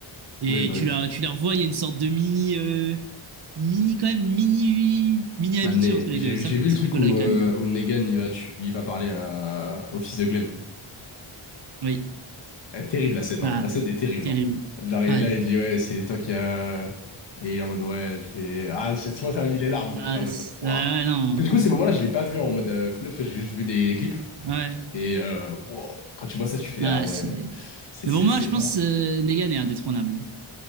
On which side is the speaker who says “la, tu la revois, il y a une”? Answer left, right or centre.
Right